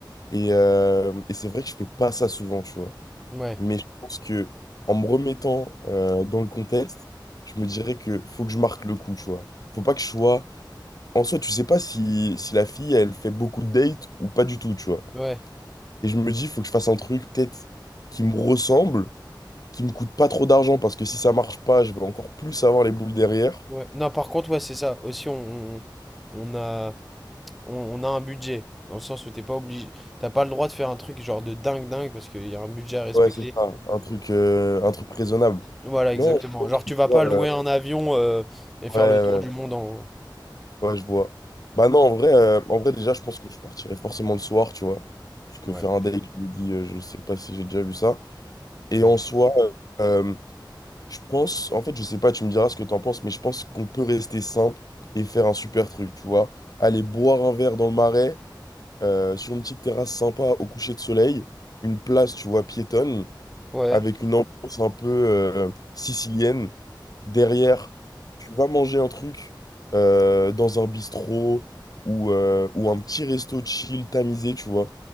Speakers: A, on the left; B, in the centre.
A: Et, euh, et c'est vrai que je fais pas ça souvent, tu vois.
B: Ouais,
A: Mais je pense que en me remettant euh, dans le contexte, je me dirais que faut que je marque le coup, tu vois. Faut pas que je sois. En soi, tu sais pas si, si la fille, elle fait beaucoup de dates ou pas du tout, tu vois.
B: ouais,
A: Et je me dis, faut que je fasse un truc peut-être qui me ressemble, qui me coûte pas trop d'argent, parce que si ça marche pas, je vais encore plus avoir les boules derrière.
B: ouais. Non, par contre, ouais, c'est ça. Aussi, on, on, on a, on, on a un budget. Dans le sens où t'es pas obligé, t'as pas le droit de faire un truc genre de dingue dingue parce qu'il y a un budget à respecter.
A: Ouais, c'est ça, un truc, euh, un truc raisonnable.
B: Voilà, exactement.
A: Non, je pense
B: Genre, tu
A: que, tu
B: vas
A: vois,
B: pas louer
A: euh,
B: un avion euh, et
A: ouais,
B: faire le tour du monde en.
A: ouais, ouais, je vois. Bah non, en vrai, euh, en vrai, déjà, je pense que je partirais forcément le soir, tu vois. Parce que
B: Ouais,
A: faire un date le midi, euh, je sais pas si j'ai déjà vu ça. Et
B: ouais,
A: en soi, euh, je pense, en fait, je sais pas, tu me diras ce que t'en penses, mais je pense qu'on peut rester simple et faire un super truc, tu vois. Aller boire un verre dans le marais, euh, sur une petite terrasse sympa au coucher de soleil, une place, tu vois, piétonne,
B: ouais,
A: avec une ambiance un peu, euh, sicilienne. Derrière, tu vas manger un truc euh, dans un bistrot ou, euh, ou un petit resto chill tamisé, tu vois.